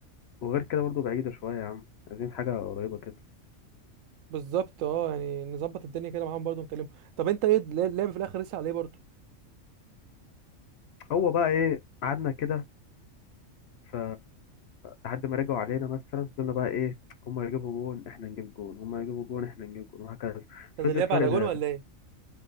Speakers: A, on the left; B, on the right.
A: وغير كده برضو بعيدة شوية يا عم عايزين حاجة قريبة كده
B: بالظبط اه يعني نظبط الدنيا كده معاهم برضه نكلمهم طب انت ايه الل- اللعب في الاخر لسه على ايه برضه
A: هو بقى ايه قعدنا كده ف لحد ما رجعوا علينا مثلا فضلنا بقى ايه هما يجيبوا جون احنا نجيب جون هما يجيبوا جون احنا نجيب جون وهكذا
B: كان
A: فضلت
B: اللعب
A: فرق
B: على
A: ثلاثة
B: جون ولا ايه